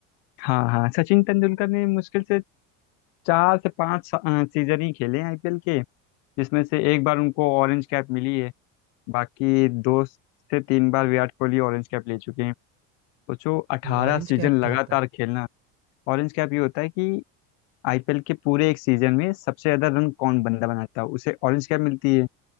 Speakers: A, on the left; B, on the right.
A: हाँ हाँ सचिन तेंदुलकर ने मुश्किल से चार से पांच सीजन ही खेले हैं आईपीएल के जिसमें से एक बार उनको ऑरेंज कैप मिली है बाकी दो से तीन बार विराट कोहली ऑरेंज कैप ले चुके हैं सोचो अठारह
B: ये ऑरेंज
A: सीजन
B: कैप क्या
A: लगातार
B: होता है
A: खेलना ऑरेंज कैप ये होता है कि आईपीएल के पूरे एक सीजन में सबसे ज्यादा रन कौन बंदा बनाता है उसे ऑरेंज कैप मिलती है